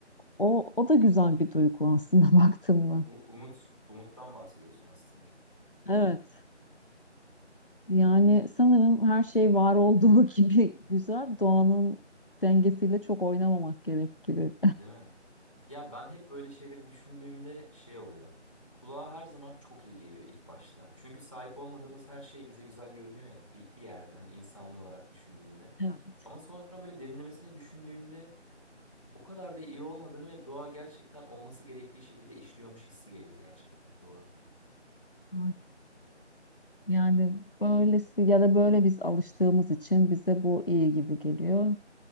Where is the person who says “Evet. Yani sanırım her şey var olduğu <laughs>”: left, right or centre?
Left